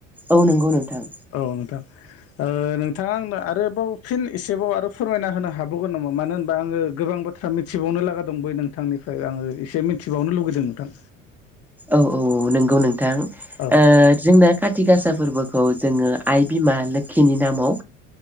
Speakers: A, in the centre; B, on the left (about 40°).
A: औ नंगौ नोंथां
B: औ नोंथां नोंथाङा आंनो आरोबाव फिन एसेबाव आरो फोरमायना होनो हाबावगोन नामा मानो होनबा आङो गोबां बोथोर मिथिबावनो लागा दं बै नोंथांनिफ्राय आङो एसे मिथिबावनो लुगैदों नोंथां
A: औ औ नंगौ नोंथां
B: औ
A: जोंना खाथि गासा फोरबोखौ जोङो आइ बिमा लोखिनि नामाव